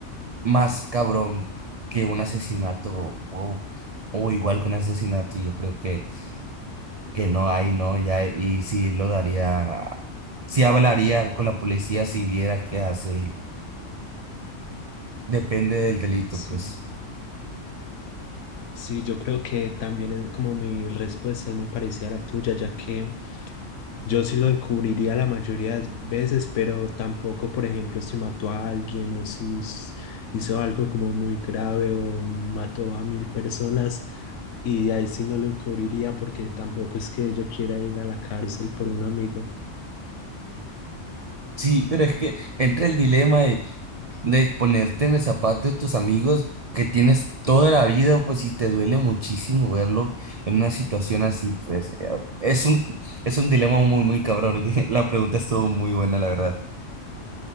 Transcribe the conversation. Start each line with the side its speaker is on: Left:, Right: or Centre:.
Right: más cabrón que un asesinato o, o igual que un asesinato, yo creo que que no hay, no, ya, y sí lo daría, sí hablaría con la policía si viera qué hace él. Depende del delito,
Left: Sí.
Right: pues.
Left: Sí, yo creo que también es como mi respuesta es muy parecida a la tuya, ya que yo sí lo encubriría la mayoría de veces, pero tampoco, por ejemplo, si mató a alguien o si s- hizo algo como muy grave o mató a mil personas, y ahí sí no lo encubriría porque tampoco es que yo quiera ir a la cárcel por un amigo.
Right: Sí, pero es que entra el dilema de, de ponerte en el zapato de tus amigos que tienes toda la vida, pues, y te duele muchísimo verlo en una situación así, pues, eh, es un, es un dilema muy, muy cabrón. <laughs> que La pregunta estuvo muy buena, la verdad.